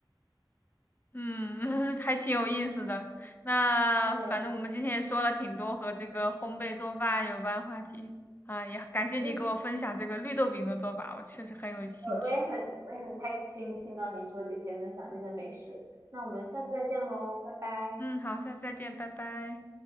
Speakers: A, on the left; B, on the right.
A: 嗯，<laughs> 还挺有意思的。那反正我们今天也说了挺多和这个烘焙做饭有关话题啊，
B: 对，
A: 也感谢你给我分享这个绿豆饼的做法，
B: 嗯，
A: 我确实很有兴趣。
B: 我我也很我也很开心听到你说这些，分享这些美食。那我们下次再见喽，拜拜。
A: 嗯，好，下次再见，拜拜。